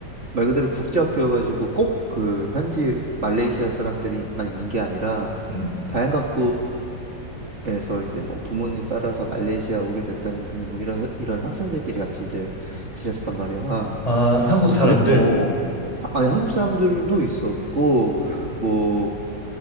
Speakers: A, on the right; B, on the left.
A: 말 그대로 국제학교여가지고 꼭 그 현지 말레이시아 사람들이만 있는 게 아니라,
B: 음.
A: 다양각 그래서 이제 뭐 부모님 따라서 말레이시아 오게 됐다느니 뭐 이런 이런 학생들끼리 같이 이제 지냈었단 말이야.
B: 아, 한국 사람들.
A: 그래 어 하- 아니 한국 사람들도 있었고 뭐